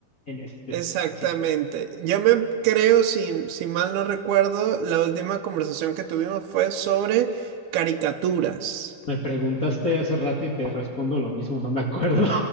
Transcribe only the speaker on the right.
Exactamente.
Yo me creo, si, si mal no recuerdo, la última conversación que tuvimos fue sobre caricaturas.